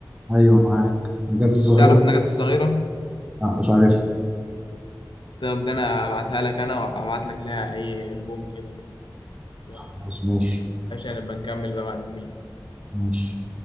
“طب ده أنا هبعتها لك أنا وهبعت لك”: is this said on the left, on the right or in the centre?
Left